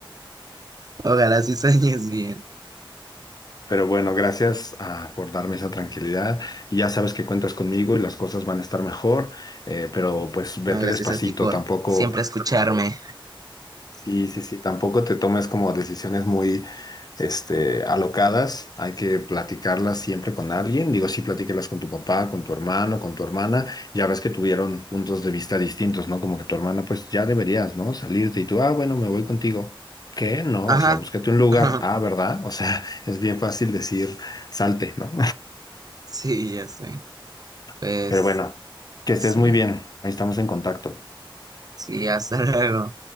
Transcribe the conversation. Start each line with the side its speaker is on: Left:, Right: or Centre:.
Right: ojalá sí sueñes bien.
Left: Pero bueno, gracias ah, por darme esa tranquilidad. Y Ya sabes que cuentas conmigo y las cosas van a estar mejor, eh, pero pues vete
Right: No, gracias
Left: despacito,
Right: a ti por
Left: tampoco
Right: siempre escucharme.
Left: Sí, sí, sí, tampoco te tomes como decisiones muy, este, alocadas, hay que platicarlas siempre con alguien, digo, sí, platícalas con tu papá, con tu hermano, con tu hermana, ya ves que tuvieron puntos de vista distintos, ¿no? Como que tu hermana, pues ya deberías, ¿no? Salirte y tú, ah, bueno, me voy contigo. ¿Qué? No,
Right: Ajá,
Left: o sea, búscate un lugar,
Right: <laughs> ajá,
Left: ah, ¿verdad? O sea, <laughs> es bien fácil decir, salte, ¿no?
Right: sí, ya sé.
Left: <laughs>
Right: Pues
Left: Pero bueno, que estés
Right: sí,
Left: muy bien, ahí estamos en contacto.
Right: sí, hasta <laughs> luego.